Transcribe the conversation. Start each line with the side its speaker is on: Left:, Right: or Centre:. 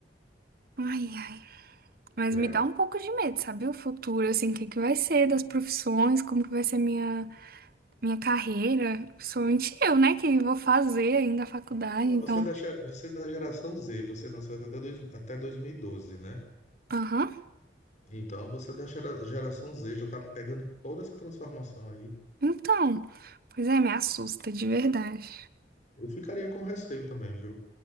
Right: ai, ai. Mas
Left: é.
Right: me dá um pouco de medo, sabe? O futuro, assim, o que que vai ser das profissões, como que vai ser minha, minha carreira. Principalmente eu, né? Que vou fazer ainda a faculdade.
Left: Pois é,
Right: Então,
Left: você é da, ge- você é da geração Z, você nasceu até, dois, até 2012, né?
Right: aham.
Left: Então você da gera- geração Z já tá pegando toda essa transformação aí.
Right: Então, pois é, me assusta, de verdade.
Left: Eu ficaria com receio também, viu?